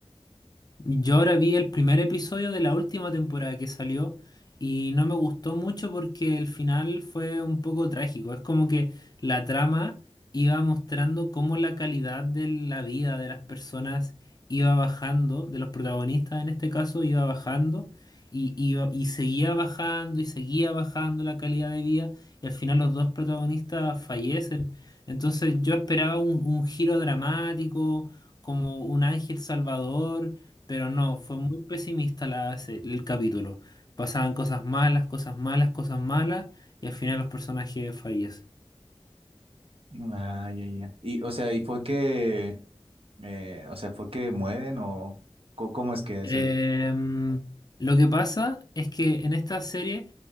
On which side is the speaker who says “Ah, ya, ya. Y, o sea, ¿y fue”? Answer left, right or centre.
Right